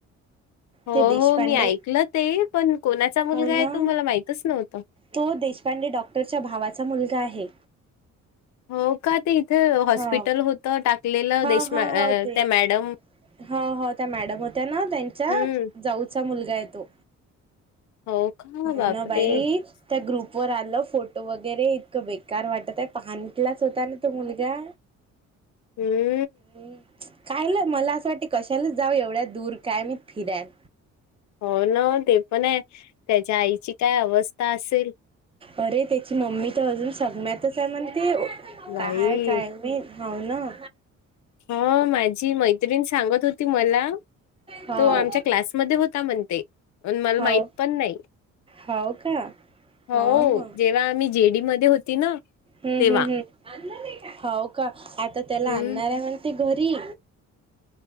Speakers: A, on the left; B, on the right.
A: हो
B: ते देशपांडे
A: हो मी ऐकलं ते पण कोणाचा मुलगा
B: हो ना
A: आहे तो मला माहितच नव्हत.
B: तो देशपांडे डॉक्टरच्या भावाचा मुलगा आहे.
A: हो का ते इथे हॉस्पिटल
B: हो
A: होतं टाकलेलं
B: हा
A: देशम
B: हा
A: त्या
B: हो तेच
A: मॅडम
B: हो हो त्या मॅडम होत्या ना त्यांच्या
A: हम्म
B: जाऊचा मुलगा आहे तो.
A: हो का
B: हो
A: बापरे
B: ना बाई त्या ग्रुपवर आलं फोटो वगैरे इतकं बेकार वाटत आहे. पांटलाच होता ना तो मुलगा
A: हम्म
B: ह कायलं मला असं वाटते कशालाच जाऊ एवढ्या दूर काय मी फिराल
A: हो ना ते पण आहे त्याच्या आईची काय अवस्था असेल
B: अरे त्याची मम्मी तर अजून सगम्यातच आहे म्हण ते
A: बाई
B: काय काय हावना
A: हो माझी मैत्रिण सांगत होती मला
B: हो
A: तो आमच्या क्लासमध्ये होता म्हणते मला
B: हो
A: माहित पण नाही
B: हो का
A: हो
B: ह ह
A: तेव्हा आम्ही जेडी मध्ये होती ना
B: हम्म
A: तेव्हा
B: हम्म हम् हो का आता त्याला
A: हम्म
B: आणणार आहे म्हण ते घरी